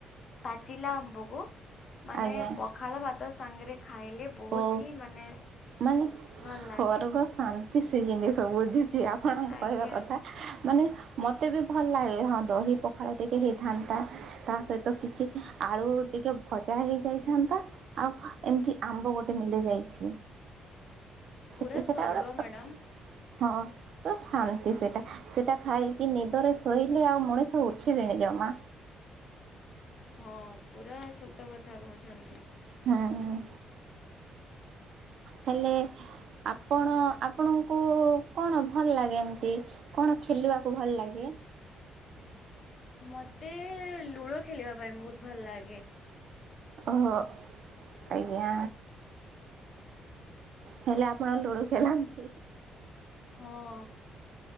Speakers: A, on the left; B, on the right.
A: ପାଚିଲା ଆମ୍ବକୁ ମାନେ
B: ଆଜ୍ଞା।
A: ପଖାଳ ଭାତ ସାଙ୍ଗରେ ଖାଇଲେ ବହୁତ
B: ଓ
A: ହିଁ ମାନେ
B: ମାନେ ସ୍ବର୍ଗ
A: ଭଲ ଲାଗେ
B: ଶାନ୍ତି ସେ ଜିନିଷ ବୁଝୁଛି ଆପଣଙ୍କ
A: ଆଜ୍ଞା
B: କହିବା କଥା ମାନେ ମତେ ବି ଭଲ ଲାଗେ ହଁ ବ ଏଇ ପଖାଳ ଟିକେ ହେଇଥାନ୍ତା ତା ସହିତ କିଛି ଆଳୁ ଟିକେ ଭଜା ହେଇଯାଇଥାନ୍ତା ଆଉ ଏମିତି ଆମ୍ବ ଗୋଟେ ମିଲି ଯାଇଛି। ସେଟା
A: ପୁରା ସ୍ୱର୍ଗ
B: ଗୋଟେ
A: ମ୍ୟାଡ଼ାମ୍
B: ହଁ ପୁରା ଶାନ୍ତି ସେଟା ସେଟା ଖାଇକି ନିଦରେ ଶୋଇଲେ ଆଉ ମଣିଷ ଉଠିବେନି ଜମା।
A: ହଁ ପୁରା ସତ କଥା କହୁଛନ୍ତି।
B: ହୁଁ ହୁଁ ହେଲେ ଆପଣ ଆପଣଙ୍କୁ କଣ ଭଲ ଲାଗେ ଏମିତି କଣ ଖେଲିବାକୁ ଭଲ ଲାଗେ?
A: ମତେ ଲୁଡ଼ୁ ଖେଳିବା ପାଇଁ ବହୁତ ଭଲ ଲାଗେ।
B: ଓହୋ ଆଜ୍ଞା ହେଲେ ଆପଣ ଲୁଡୁ ଖେଳନ୍ତି?
A: ହଁ।